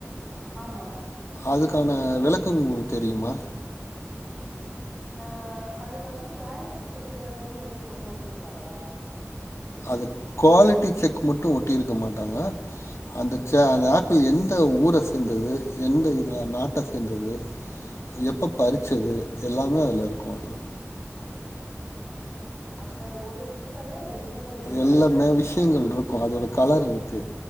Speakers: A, on the right (about 20°); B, on the left (about 75°).
A: ஆமா
B: அதுக்கான விளக்கம் உங்களுக்கு தெரியுமா
A: ஆஹ் அது வந்து குவாலி நாட்டுச் சக்கர அப்டின்னு எதும் போட்டு ஒட்டிருப்பாங்களா
B: அது குவாலிட்டி செக் மட்டும் ஒட்டி இருக்க மாட்டாங்க அந்த ச
A: ஆ
B: அந்த ஆப்பிள் எந் த ஊர சேந்தது எந்த ஒரு நாட்ட சேந்தது எப்ப பறிச்சது எல்லாமே அதுல இருக்கும் அது
A: ஓ அந்த ஒரு ஸ்டிக்கர்ல இவ்வளவு விவரங்கள்
B: எல்லாமே
A: இருக்குமா
B: விஷயங்கள் இருக்கும் அதோட கலரு இருக்கு